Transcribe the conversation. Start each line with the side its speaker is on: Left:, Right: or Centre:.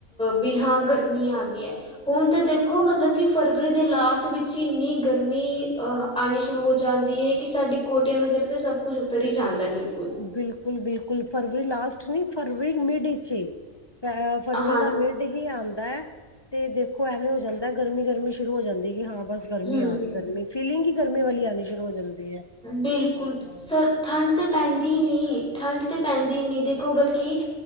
Centre: ਵੀ ਹਾਂ ਗਰਮੀ ਆ ਗਈ ਹੈ ਹੁਣ ਤੇ ਦੇਖੋ ਮਤਲਬ ਕਿ ਫਰਵਰੀ ਦੇ ਲਾਸਟ ਵਿੱਚ ਹੀ ਇੰਨੀ ਗਰਮੀ ਅ ਆਉਣੀ ਸ਼ੁਰੂ ਹੋ ਜਾਂਦੀ ਹੈ ਕਿ ਸਾਡੀ ਕੋਟੀਆਂ ਵਗੈਰਾ ਤੇ ਸਭ ਕੁਝ ਉਤਰ ਹੀ ਜਾਂਦਾ ਬਿਲਕੁਲ
Left: ਬਿਲਕੁਲ ਬਿਲਕੁਲ ਫਰਵਰੀ ਲਾਸਟ ਨੀ ਫਰਵਰੀ ਮਿਡ ਵਿੱਚ ਹੀ ਫਰਵਰੀ
Centre: ਹਾਂ
Left: ਦਾ ਮਿਡ ਹੀ ਆਉਂਦਾ ਹੈ ਤੇ ਦੇਖੋ ਐਵੇਂ ਹੋ ਜਾਂਦਾ ਗਰਮੀ ਗਰਮੀ ਸ਼ੁਰੂ ਹੋ ਜਾਂਦੀ ਹਾਂ ਬਸ ਗਰਮੀ
Centre: ਹਮ
Left: ਆ ਗਈ ਗਰਮੀ ਫੀਲਿੰਗ ਹੀ ਗਰਮੀ ਵਾਲੀ ਆਉਣੀ ਸ਼ੁਰੂ ਹੋ ਜਾਂਦੀ ਹੈ।
Centre: ਬਿਲਕੁਲ। ਸਰ ਠੰਡ ਤਾਂ ਪੈਂਦੀ ਨਹੀਂ ਠੰਡ ਤਾਂ ਪੈਂਦੀ ਨਹੀਂ ਦੇਖੋ ਬਲਕਿ